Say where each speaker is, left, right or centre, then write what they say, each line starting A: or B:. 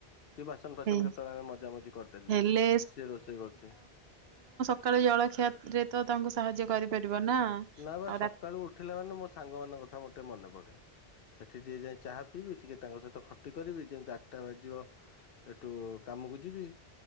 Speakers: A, on the left (about 65°); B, on the right (about 70°).
A: କି ବାସନ ଫାସନ
B: ହେ-
A: କେତେବେଳେ ମଜା ମଜି କରିଦେଲି
B: ହେଲେ
A: ସିଏ ରୋଷେଇ କରୁଚି।
B: କାଳୁ ଜଳଖିଆ ରେ ତ ତାଙ୍କୁ ସାହାଯ୍ୟ କରିପାରିବ ନା
A: ନା ବା
B: ଆଉ
A: ସକାଳୁ
B: ରା-
A: ଉଠିଲା ମାନେ ମୋ ସାଙ୍ଗ ମାନଙ୍କ କଥା ମୋର ଟିକେ ମନେ ପଡେ। ସେଠି ଟିକେ ଯାଇ ଚାହା ପିଇବି ଏଠି କି ତାଙ୍କ ସହିତ ଖଟି କରିବି ଯେମିତି ଆଟଟା ବାଜିବ ଏଠୁ କାମକୁ ଯିବି।